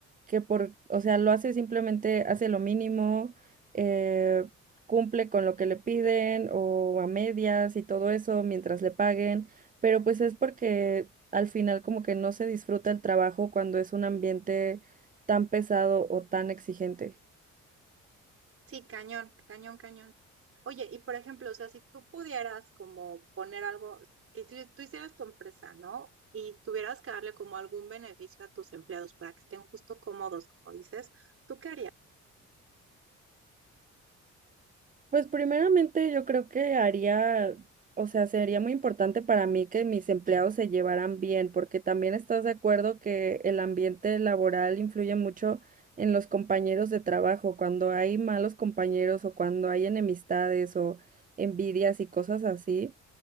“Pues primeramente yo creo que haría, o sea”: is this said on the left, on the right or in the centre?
Right